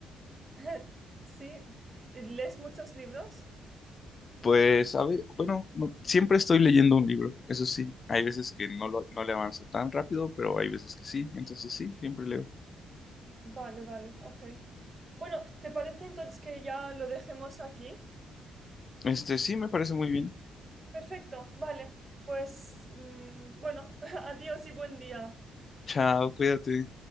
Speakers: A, on the right; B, on the left.
A: <laughs> Sí, ¿lees muchos libros?
B: Pues, a ver, bueno, no- siempre estoy leyendo un libro, eso sí. Hay veces que no, lo- no le avanzo tan rápido, pero hay veces que sí, entonces sí, siempre leo.
A: Vale, vale, ok. Bueno, ¿te parece entonces que ya lo dejemos aquí?
B: Este, sí, me parece muy bien.
A: Perfecto, vale. Pues mm, bueno, <laughs> adiós y buen día.
B: Chao, cuídate.